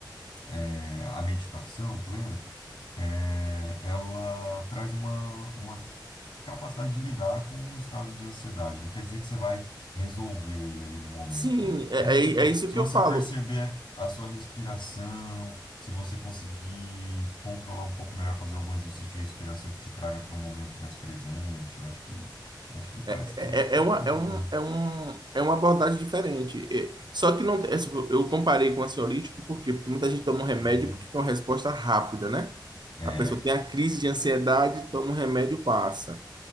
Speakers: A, on the left (about 80°); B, on the right (about 70°).
A: é, a meditação plena, é, ela traz uma, uma capacidade de lidar com um estado de ansiedade. Não quer dizer que você vai resolver ele ali no momento,
B: Sim,
A: né?
B: é,
A: Mas o
B: é,
A: tipo,
B: é isso
A: se
B: que
A: você
B: eu falo.
A: perceber a sua respiração, se você conseguir controlar um pouco melhor, fazer algum exercício de respiração que te traga para um momento mais presente, eu acho que eu acho que me parece
B: É, é,
A: que, que
B: é é
A: é
B: uma,
A: o que ajuda,
B: é, um,
A: né?
B: é, um, é uma abordagem diferente. É, só que não, essa- eu comparei com o ansiolítico por quê? Porque muita gente toma um remédio
A: Uhum.
B: porque é uma resposta rápida, né?
A: É,
B: A pessoa tem a crise de ansiedade, toma um remédio, passa.